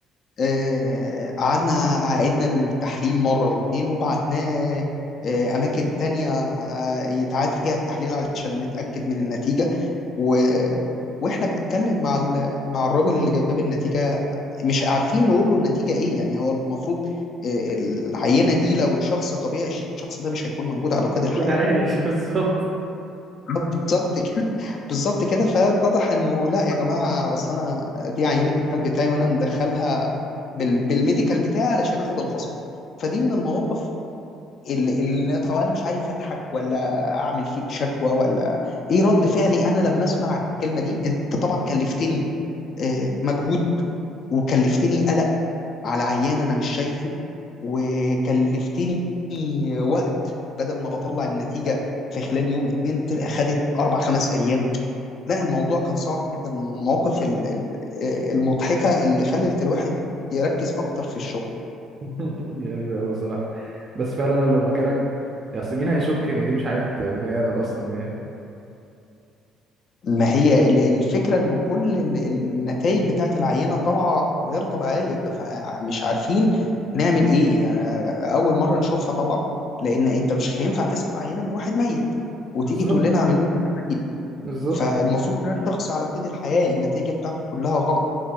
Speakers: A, on the left; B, on the right.
A: آه، قعدنا عيدنا التحليل مرة واتنين وبعتناه آه، أماكن تانية آه، يتعاد فيها التحليل علشان نتأكد من النتيجة و... وإحنا بنتكلم مع ال... مع الراجل اللي جاب النتيجة مش عارفين نقول له النتيجة إيه يعني هو المفروض آه، العينة دي لو شخص طبيعي الشخص ده مش هيكون موجود على قيد
B: هيكون
A: الحياة
B: عايش <laughs> بالظبط
A: آه، بالظبط كده <laughs> بالظبط كده فاتضح انه لا يا جماعه اصل انا دي عينه الكلب بتاعي وانا مدخلها بال... بالميديكال بتاعي علشان اخد الخصم فدي من المواقف اللي, اللي طب انا مش عارف اضحك ولا اعمل فيك شكوى ولا ايه رد فعلي انا لما اسمع الكلمه دي انت طبعا كلفتني آه، مجهود وكلفتني قلق على عيان انا مش شايفه وكلفتني وقت بدل ما بطلع النتيجه في خلال يوم اتنين تلقى خدت اربع خمس ايام لا الموضوع كان صعب جدا من المواقف ال- ال- المضحكة اللي خلت الواحد يركز أكتر في الشغل
B: <laughs> غريبة أوي الصراحة بس فعلا أنا لو مكانك ياسمين هيشك إن دي مش عينة بني آدم أصلا يعني
A: ما هي ال- الفكرة إنه كل النتائج بتاعة العينة طالعة غير طبيعية فمش عارفين نعمل إيه يعني أول مرة نشوفها طبعا لأن أنت مش هينفع تسحب عينة من واحد ميت وتيجي
B: بالظبط
A: تقول لنا اعملوا لي تحاليل
B: بالظبط
A: فالمفروض ده شخص على قيد الحياة النتيجة بتاعته كلها غلط